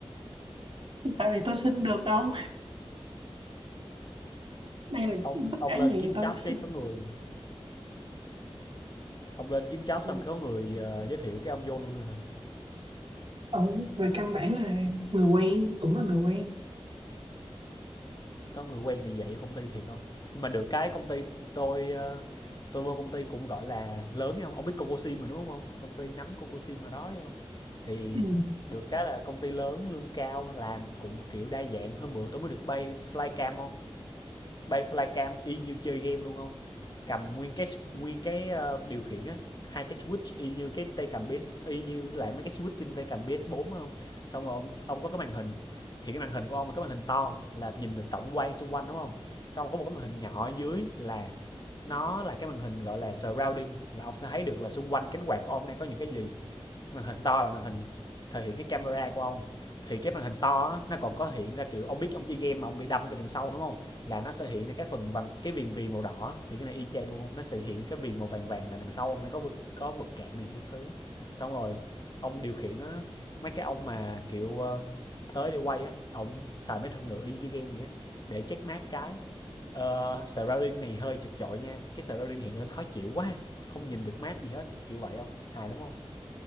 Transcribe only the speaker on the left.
ông
ông
lên
kiếm
job
cái có người Ông lên kiếm job
xong có người ờ, giới thiệu cái ông vô luôn thôi hả?
Có người quen thì dạy vô công ty thiệt không? Nhưng mà được cái công ty tôi ờ, tôi vô công ty cũng gọi là lớn đấy không? Ông biết Cocosim rồi đúng không? Công ty nắm Cocosim hồi đó đấy không? Thì
được cái là công ty lớn lương cao làm cũng kiểu đa dạng hôm bữa tôi mới được bay flycam không? bay flycam y như chơi game luôn không cầm nguyên cái nguyên cái ờ, điều khiển á hai cái switch y như cái tay cầm PS y như lại mấy cái switch trên tay cầm PS4 phải không xong rồi ông, ông có cái màn hình thì cái màn hình của ông là cái màn hình to là nhìn được tổng quan xung quanh đúng không xong có một cái màn hình nhỏ ở dưới là nó là cái màn hình gọi là surrounding là ông sẽ thấy được là xung quanh cánh quạt của ông đang có những cái gì màn hình to là màn hình thể hiện cái camera của ông thì cái màn hình to á, nó còn có hiện ra kiểu ông biết ông chơi game mà ông bị đâm từ đằng sau đúng không là nó sẽ hiện ra cái phần vàng cái viền viền màu đỏ thì cái này y chang luôn nó sẽ hiện ra cái viền màu vàng vàng là đằng sau ông này có vực có vật cản này kiến thứ xong rồi ông điều khiển nó mấy cái ông mà kiểu ờ, tới để quay á ông xài mấy thuật ngữ y như game vậy á để check map cái uh, surrounding này hơi chật chội nha cái surrounding hiện lên khó chịu quá không nhìn được map gì hết kiểu vậy không hài lắm không